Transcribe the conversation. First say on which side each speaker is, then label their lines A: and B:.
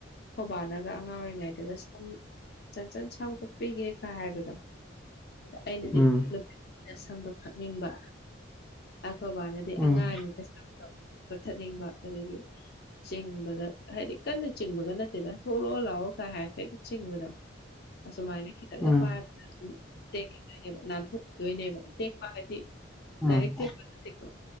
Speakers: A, on the left; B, in the centre.
A: ꯍꯣꯕꯥꯅꯒ ꯑꯉꯥꯡ ꯑꯣꯏꯔꯤꯉꯩꯗꯒ ꯁꯝ ꯆꯟꯆꯟ ꯁꯝ ꯀꯛꯄꯤꯒꯦꯒ ꯍꯥꯏꯕꯗꯣ ꯑꯩꯅꯗꯤ
B: ꯎꯝ
A: ꯅꯨꯄꯥ ꯁꯝꯗꯣ ꯈꯥꯛꯅꯤꯡꯕ ꯑꯈꯣꯕꯥꯅ ꯗꯤ
B: ꯎꯝ
A: ꯑꯉꯥꯡꯅꯤꯅ ꯀꯛꯊꯠꯅꯤꯡꯕ ꯑꯗꯒꯤ ꯆꯤꯡꯕꯗ ꯍꯥꯏꯗꯤ ꯀꯟꯅ ꯆꯤꯡꯕꯒ ꯅꯠ ꯅꯠꯇꯦꯗ ꯑꯗꯨꯗ ꯊꯣꯛꯂꯛꯑꯣ ꯂꯥꯛꯑꯣꯒ ꯍꯥꯏꯐꯦꯠ ꯆꯤꯡꯕꯗꯣ ꯑꯁꯨꯃꯥꯏꯅ ꯈꯤꯇꯪꯒ
B: ꯎꯝ ꯎꯝ
A: ꯄꯥꯏꯕ ꯇꯦꯛꯈꯤꯗꯣꯏꯅꯦꯕ ꯅꯥꯟꯊꯣꯛꯈꯤꯗꯣꯏꯅꯦꯕ ꯇꯦꯛꯄ ꯍꯥꯏꯗꯤ
B: ꯎꯝ
A: ꯗꯏꯔꯦ ꯇꯦꯛꯄ ꯅꯠꯇꯦꯀꯣ